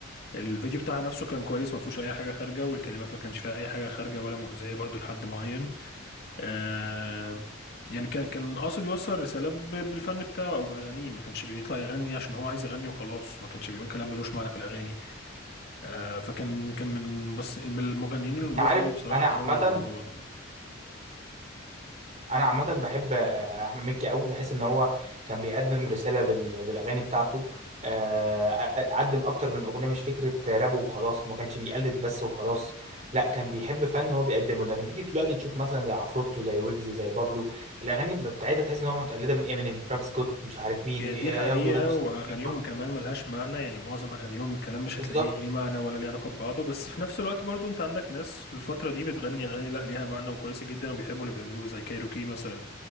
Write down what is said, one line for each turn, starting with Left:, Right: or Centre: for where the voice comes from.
Left: الفيديو بتاعها نفسه كان كويس ما فيهوش أي حاجة خارجة والكلمات ما كانش فيها أي حاجة خارجة ولا مؤذية برضو لحد معين آه يعني كان كان قاصد يوصل رسالة ب- بالفن بتاعه أو بأغانيه ما كانش بيطلع يغني عشان هو عايز يغني وخلاص ما كانش بيقول كلام ملوش معنى في الأغاني آه، فكان كان من المس- من المغنيين النضاف
Right: انت عارف
Left: قوي بصراحة
Right: انا
Left: في
Right: عامه
Left: أول الموضوع
Right: انا عامه بحب آه، احمد مكي قوي بحس ان هو كان بيقدم رساله بال... بالاغاني بتاعته آه، قدم اكتر من اغنيه مش فكره راب وخلاص ما كانش بيقلد بس وخلاص لا كان بيحب فن هو بيقدمه لكن تيجي دلوقتي تشوف مثلا زي عفروتو زي ويجز زي بابلو الاغاني بتاعتها تحس ان هو متقلده من امينيم ترافيس سكوت مش عارف مين
Left: هي
Right: ياخدوا
Left: دي حقيقة
Right: نفس
Left: وأغانيهم
Right: الطريقة.
Left: كمان ملهاش معنى يعني معظم أغانيهم الكلام مش
Right: بالظبط
Left: هتلاقيه ليه معنى ولا ليه علاقة ببعضه بس في نفس الوقت برضو أنت عندك ناس في الفترة دي بتغني أغاني لأ ليها معنى وكويسة جدا وبيحبوا اللي بيعملوه زي كايروكي مثلا